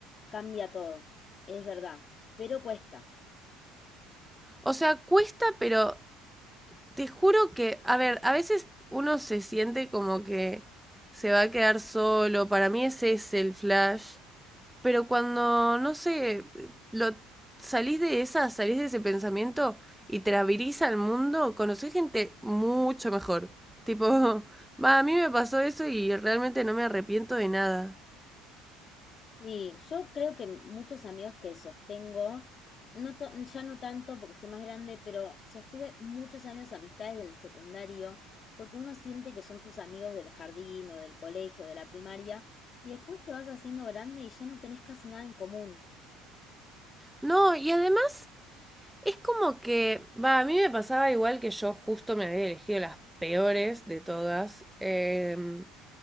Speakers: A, on the left; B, in the centre.
A: cambia todo, es verdad, pero cuesta.
B: O sea, cuesta, pero te juro que, a ver, a veces uno se siente como que se va a quedar solo. Para mí ese es el flash. Pero cuando, no sé, lo salís de esa, salís de ese pensamiento y te abrís al mundo, conocés gente mucho mejor. Tipo, <laughs> va, a mí me pasó eso y realmente no me arrepiento de nada.
A: Sí, yo creo que muchos amigos que sostengo, no to- ya no tanto porque estoy más grande, pero sostuve muchos años amistades del secundario, porque uno siente que son sus amigos del jardín o del colegio, de la primaria, y después te vas haciendo grande y ya no tenés casi nada en común.
B: No, y además es como que, va, a mí me pasaba igual que yo justo me había elegido las peores de todas, eh,